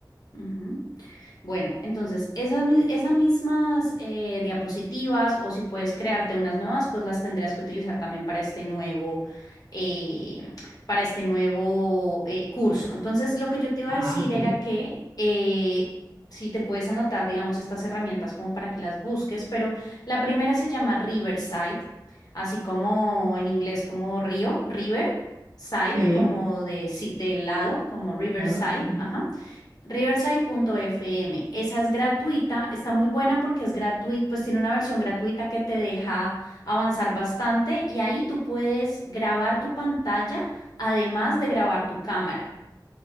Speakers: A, on the left (about 55°); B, on the right (about 45°).
A: ujú. Bueno, entonces esas, mi- esas mismas eh, diapositivas o si puedes crearte unas nuevas, pues las tendrás que utilizar también para este nuevo, eh, para este nuevo eh, curso. Entonces, lo que yo te iba
B: Ah,
A: a decir
B: ok.
A: era que eh, si te puedes anotar, digamos, estas herramientas como para que las busques, pero la primera se llama Riverside, así como en inglés como río, River. Side,
B: Sí,
A: como de, si- de lado, como Riverside,
B: claro. Ujú.
A: ajá. Riverside.fm. Esa es gratuita, está muy buena porque es gratuita, pues tiene una versión gratuita que te deja avanzar bastante y ahí tú puedes grabar tu pantalla, además de grabar tu cámara.